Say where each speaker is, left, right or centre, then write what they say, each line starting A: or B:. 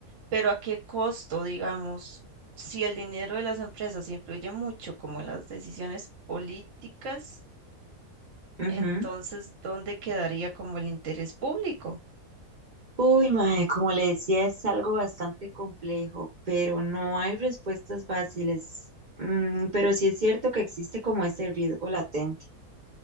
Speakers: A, on the right (about 60°); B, on the right (about 40°).
A: Pero ¿a qué costo, digamos? Si el dinero de las empresas influye mucho como en las decisiones políticas,
B: Ujú.
A: entonces ¿dónde quedaría como el interés público?
B: Uy, mae, como le decía, es algo bastante complejo, pero no hay respuestas fáciles. Mm, pero sí es cierto que existe como ese riesgo latente.